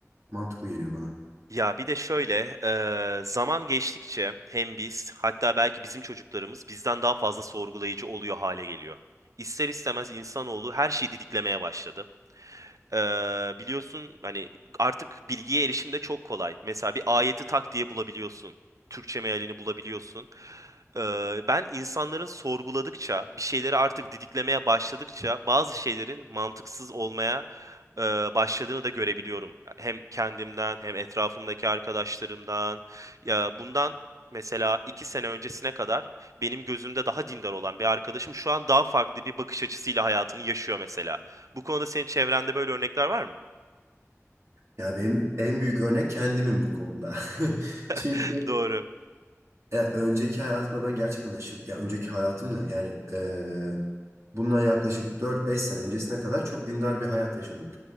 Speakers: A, on the right; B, on the right.
A: mantıklı geliyor bana.
B: Ya bir de şöyle, e, zaman geçtikçe hem biz hatta belki bizim çocuklarımız bizden daha fazla sorgulayıcı oluyor hale geliyor. İster istemez insanoğlu her şeyi didiklemeye başladı. Ee, biliyorsun hani artık bilgiye erişim de çok kolay. Mesela bir ayeti tak diye bulabiliyorsun. Türkçe mealini bulabiliyorsun. Ee, ben insanların sorguladıkça, bir şeyleri artık didiklemeye başladıkça bazı şeylerin mantıksız olmaya e, başladığını da görebiliyorum. Hem kendimden hem etrafımdaki arkadaşlarımdan. Ya bundan mesela iki sene öncesine kadar benim gözümde daha dindar olan bir arkadaşım şu an daha farklı bir bakış açısıyla hayatını yaşıyor mesela. Bu konuda senin çevrende böyle örnekler var mı?
A: Ya benim en büyük örnek kendimim bu konuda. <laughs> Çünkü
B: <laughs> Doğru.
A: ya önceki hayatımda ben gerçekten aşırı, ya önceki hayatımda yani eee bundan yaklaşık 4-5 sene öncesine kadar çok dindar bir hayat yaşadım.